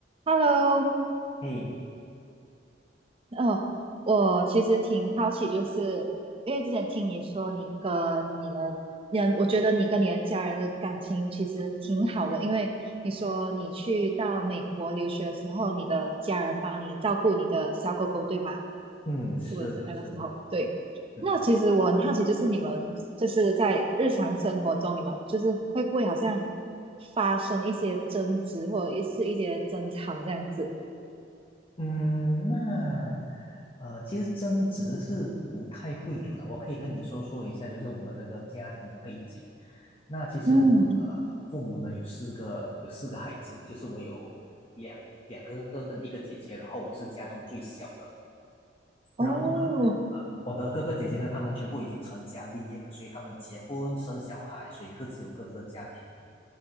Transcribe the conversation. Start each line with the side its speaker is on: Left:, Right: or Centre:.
Right: Hello，
Left: 嗯
Right: 哦，我其实挺好奇，就是因为之前听你说你跟你的，你的我觉得你跟你的家人的感情其实挺好的，因为你说你去到美国留学的时候，你的家人帮你照顾你的小狗狗，对吗？
Left: 嗯，是的，
Right: 是不是那个时候？
Left: 是的，
Right: 对，
Left: 嗯
Right: 那其实我很好奇，就是你们就是在日常生活中，你们就是会不会好像发生一些争执，或者是一些争吵这样子？
Left: 嗯，那呃，其实争执是不太会有的。我可以跟你说说一下，就是我的这个家庭的背景。那其实我的父母呢有四个有四个孩子，
Right: 嗯，
Left: 就是我有两两个哥哥跟一个姐姐，然后我是家中最小的。然后呢，
Right: 哦，
Left: 呃，我的哥哥姐姐呢，他们全部已经成家立业了，所以他们结婚生小孩，所以各自有各自的家庭。